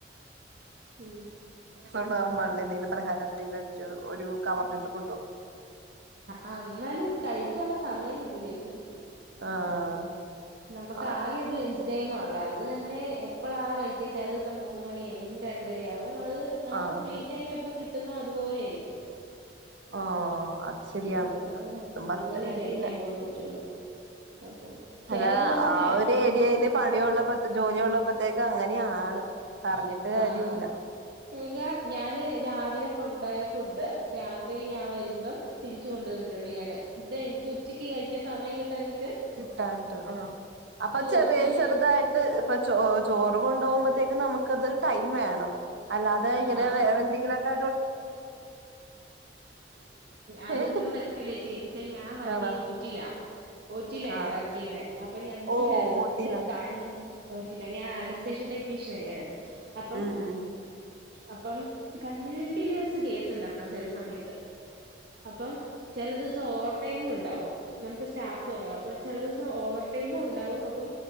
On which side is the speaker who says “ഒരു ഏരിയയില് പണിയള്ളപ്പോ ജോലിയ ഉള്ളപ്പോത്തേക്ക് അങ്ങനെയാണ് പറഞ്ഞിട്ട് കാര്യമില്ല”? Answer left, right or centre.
Right